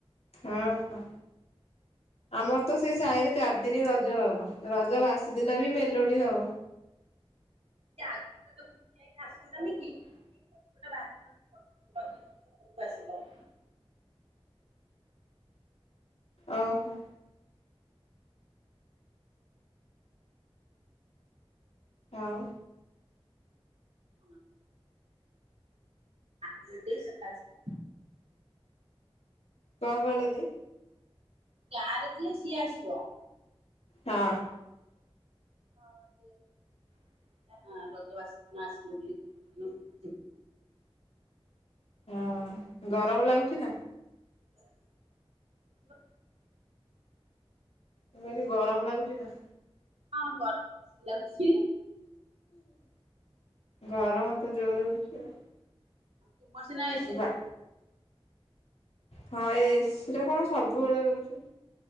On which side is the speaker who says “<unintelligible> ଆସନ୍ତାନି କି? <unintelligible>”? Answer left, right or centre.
Right